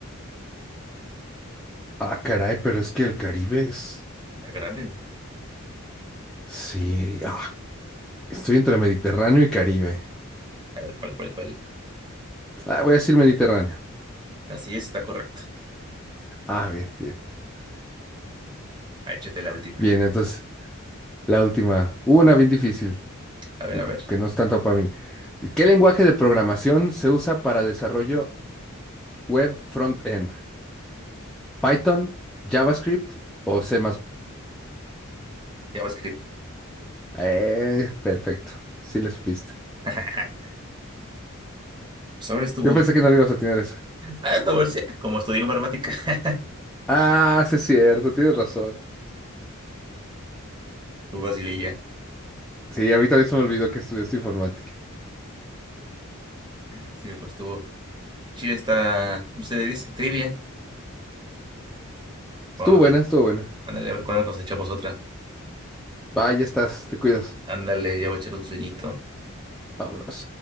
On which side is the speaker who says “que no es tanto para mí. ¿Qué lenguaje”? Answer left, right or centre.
Centre